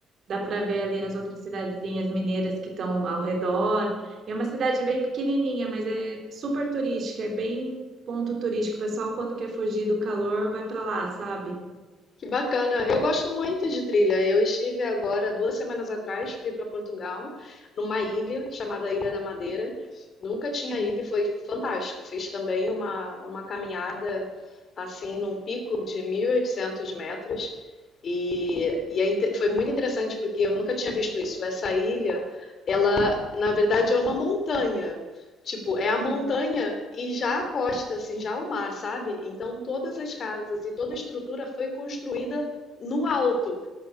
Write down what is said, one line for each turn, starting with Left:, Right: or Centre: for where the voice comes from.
Right: Dá para ver ali as outras cidadezinhas mineiras que estão ao redor. E é uma cidade bem pequenininha, mas é super turística, é bem ponto turístico. O pessoal, quando quer fugir do calor, vai para lá, sabe?
Left: Que bacana. Eu gosto muito de trilha. Eu estive agora, duas semanas atrás, fui para Portugal, numa ilha chamada Ilha da Madeira. Nunca tinha
Right: Uhum,
Left: ido e foi fantástico. Fiz também uma, uma caminhada, assim, num pico de 1.800 metros. E, e é inte- foi muito interessante porque eu nunca tinha visto isso. Essa ilha, ela, na verdade, é uma montanha. Tipo, é a montanha
Right: uhum.
Left: e já a costa, assim, já o mar, sabe? Então todas as casas e toda a estrutura foi construída no alto.